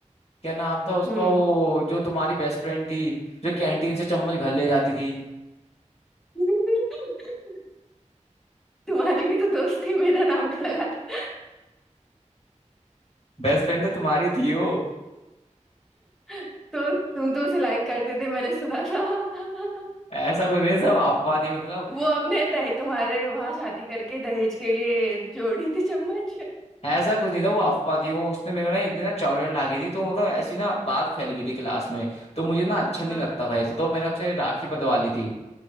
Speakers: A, on the left; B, in the centre.
A: क्या नाम था उसका
B: हम्म
A: वो जो तुम्हारी बेस्ट फ्रेंड थी जो कैंटीन से चम्मच घर ले जाती थी
B: <laughs> तुम्हारी भी तो दोस्ती मेरा नाम क्यों लगा रही
A: बेस्ट फ्रेंड तो तुम्हारी थी वो
B: <laughs> तो तुम तो उसे लाइक करते थे मैंने सुना था <laughs>
A: ऐसा कुछ नहीं सब अफवाह थी मतलब
B: वो अपने दहे तुम्हारे वहां शादी करके दहेज के लिए जोड़ी थी चम्मच
A: ऐसा कुछ नहीं था वो अफवाह थी वो उसने मेरे को ना एक दिन ना चॉकलेट ला के दी तो मतलब ऐसी ना बात फैल गई थी क्लास में तो मुझे ना अच्छा
B: हाँ
A: नहीं लगता था ये सब तो मैंने उससे राखी बंधवा ली थी